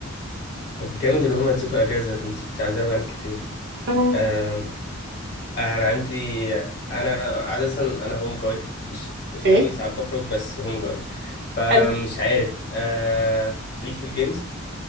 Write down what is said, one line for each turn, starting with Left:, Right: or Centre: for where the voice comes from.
Left: طب جامد ان هم ادوكوا اجازه ده انت كنت عايزاها بقالك كتير
Right: اه
Left: آه انا عندي انا عاده انا هوم جاي مش مش
Right: ايه
Left: قوي ساعات بخرج بس هوم جاي فمش
Right: حلو
Left: عارف آه ليكي في الجيمز